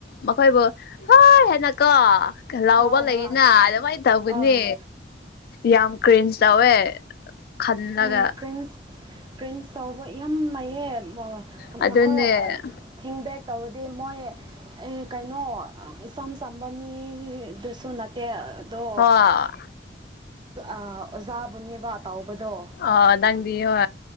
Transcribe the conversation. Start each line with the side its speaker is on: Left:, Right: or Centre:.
Left: ꯃꯈꯣꯏꯕꯨ ꯍꯣꯏ ꯍꯦꯟꯅꯀꯣ ꯂꯥꯎꯕ
Right: ꯍꯣꯏ ꯍꯣꯏ
Left: ꯂꯩꯌꯦꯅ ꯑꯗꯨꯃꯥꯏꯅ ꯇꯧꯕꯅꯦ
Right: ꯑꯥ
Left: ꯌꯥꯝ ꯀ꯭ꯔꯤꯟꯁ ꯇꯧꯋꯦ ꯈꯜꯂꯒ
Right: ꯑꯦ ꯀ꯭ꯔꯟꯁ ꯀ꯭ꯔꯟꯁ ꯇꯕ ꯌꯥꯝ ꯂꯩꯥꯏꯑꯦ
Left: ꯑꯗꯨꯅꯦ
Right: ꯃꯈꯣꯏ ꯊꯤꯡꯕꯦꯛ ꯇꯧꯔꯗꯤ ꯃꯣꯏ ꯑꯦ ꯀꯩꯅꯣ ꯏꯆꯝ ꯆꯝꯕ ꯃꯤꯗꯨꯁꯨ ꯅꯠꯇꯦ ꯑꯗꯣ
Left: ꯍꯣꯏ
Right: ꯑꯣꯖꯥꯕꯨꯅꯦꯕ ꯇꯥꯎꯕꯗꯣ
Left: ꯑ ꯗꯪꯗꯤ ꯍ